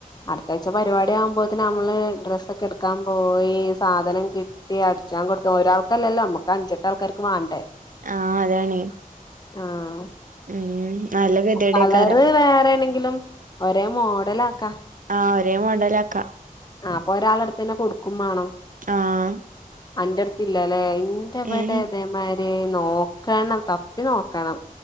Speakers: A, on the left; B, on the right.
A: അടുത്താഴ്ച പരിപാടി ആകുമ്പോത്തേന് നമ്മള് ഡ്രസ്സ് ഒകെ എടു എടുക്കാൻ പോയി സാധനം കിട്ടി അടിച്ചാൻ കൊടുത്ത ഒരാൾക്കല്ലല്ലോ നമ്മുക്ക് അഞ്ചെട്ടു ആൾക്കാർക്ക് വണ്ടെ
B: ആഹ് അതാണ്
A: ആഹ്.
B: ഉം നല്ല ഗതികേടേക്കാരം
A: കളറ് വേറെ ആണെങ്കിലും ഒരേ മോഡലക്കാ ആക്കാ.
B: ആ ഒരേ മോഡലാക്ക.
A: ആ അപ്പൊ ഒരാളടുതന്നെ കൊടു കുമാണം
B: ആഹ്
A: അന്റടുത്തില്ലലെ അല്ലേ ഇറവിടെഇതെ
B: ഏഹ്
A: മാതി തെ നോക്കണം തപ്പി നോക്കണം.